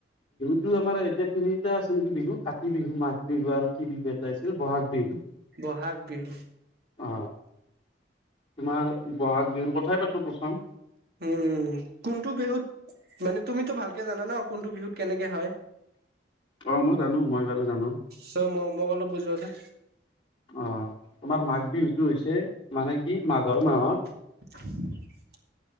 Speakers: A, on the left; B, on the right.
A: কিন্তু আমাৰ এতিয়া তিন-তিনিটা আছে নেকি বিহু। কাতি বিহু, মাঘ বিহু আৰু কি বিহু এটা আছিল বহাগ বিহু।
B: বহাগ বিহু।
A: অ তোমাৰ বহাগ বিহুৰ কথাই কথাই পাতো প্ৰচম।
B: উম, উম। কোনটো বিহুত মানে তুমিতো ভালকে জানা ন? কোনটো বিহুত কেনেকে হয়
A: অ মই জানো মই বাৰু জানো
B: চ মই মোক অলপ বুজোৱাচোন
A: অ তোমাৰ মাঘ বিহুটো হৈছে মানে কি? মাঘৰ মাহত
B: <inaudible>